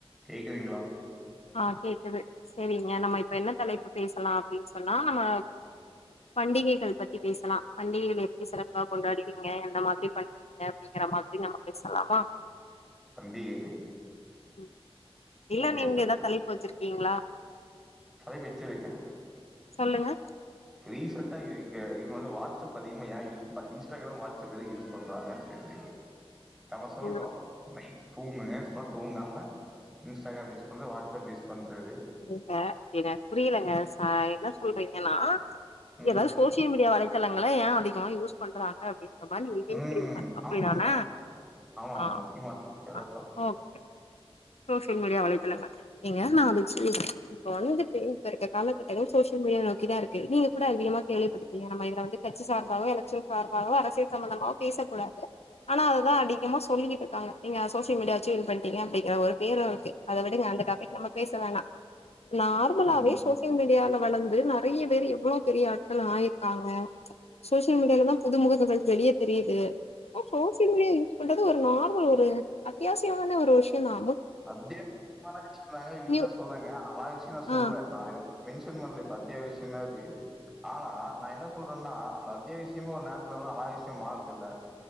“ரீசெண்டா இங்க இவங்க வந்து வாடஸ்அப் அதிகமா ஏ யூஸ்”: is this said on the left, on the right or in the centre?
Centre